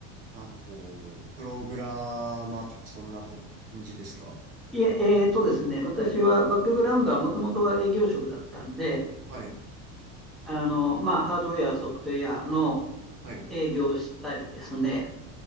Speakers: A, on the right; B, in the centre.
A: なんかこう、プログラマーとかそんな感じですか
B: いえ、えーとですね、私はバックグラウンドはもともとは営業職だったんで、
A: はい、
B: あの、まあ、ハードウェア、ソフトウェアの
A: はい、
B: 営業をしたりですね。